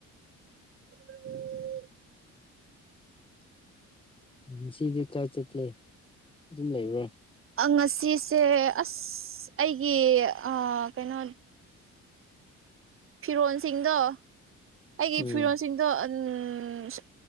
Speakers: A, on the right; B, on the left.
A: ꯎꯝ <inaudible>
B: ꯉꯥꯁꯤꯗꯤ ꯀꯥꯏ ꯆꯠꯀꯦ ꯑꯗꯨꯝ ꯂꯩꯕ꯭ꯔꯥ
A: ꯉꯁꯤꯁꯦ ꯑꯁ ꯑꯩꯒꯤ ꯑꯥ ꯀꯩꯅꯣ ꯐꯤꯔꯣꯜꯁꯤꯡꯗꯣ ꯑꯩꯒꯤ
B: ꯎꯝ
A: ꯐꯤꯔꯣꯜꯁꯤꯡꯗꯣ ꯎꯪꯪ